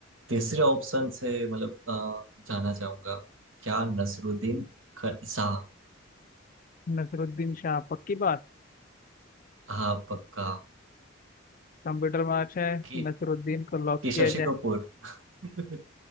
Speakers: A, on the right; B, on the left.
A: तीसरे ऑप्शन से मतलब अ, जाना चाहूंगा क्या नसरुद्दीन ख- शाह
B: नसरुद्दीन शाह पक्की बात
A: हाँ पक्का
B: कंप्यूटर मार्च है
A: कि,
B: नसरुद्दीन को लॉक
A: कि शशि
B: किया
A: कपूर <laughs>